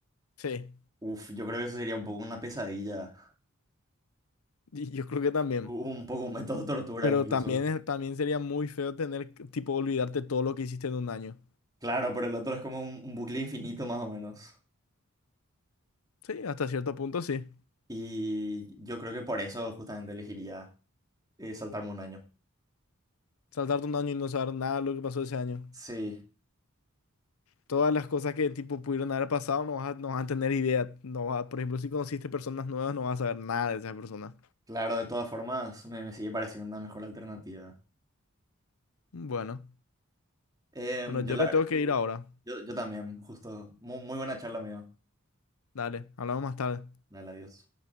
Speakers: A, on the left; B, on the right.
A: Sí.
B: Uf, yo creo que eso sería un poco una pesadilla,
A: Y Yo creo que también.
B: un poco un método de tortura
A: Pero
B: incluso.
A: también, es- también sería muy feo tener, que, tipo, olvidarte todo lo que hiciste en un año.
B: Claro, pero el otro es como un un bucle infinito más o menos.
A: Sí, hasta cierto punto sí.
B: Y yo creo que por eso justamente elegiría eh, saltarme un año.
A: Saltarte un año y no saber nada de lo que pasó ese año.
B: Sí,
A: Todas las cosas que, tipo, pudieron haber pasado no vas a, no vas a tener idea. No vas a- por ejemplo, si conociste personas nuevas, no vas a saber nada de esas personas.
B: claro, de todas formas me, me sigue pareciendo una mejor alternativa.
A: Bueno.
B: Em,
A: Bueno, yo
B: yo la
A: me
B: verdad
A: tengo que
B: que
A: ir ahora.
B: yo, yo también, justo. Muy, muy buena charla, amigo.
A: Dale, hablamos más tarde.
B: Dale, adiós.